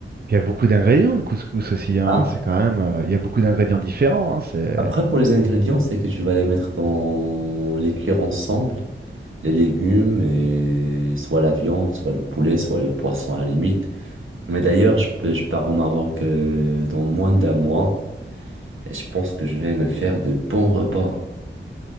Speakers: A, on the right (about 50°); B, on the right (about 80°).
A: Puis Il y a beaucoup d'ingrédients, le couscous aussi, hein.
B: Ah,
A: C'est quand même. euh, Il y a beaucoup d'ingrédients différents, hein. C'est...
B: après, pour les ingrédients, c'est que tu vas les mettre dans les cuire ensemble, les légumes et soit la viande, soit le poulet, soit le poisson à la limite. Mais d'ailleurs, je, peux- je pars au Maroc euh, dans moins d'un mois et je pense que je vais me faire de bons repas.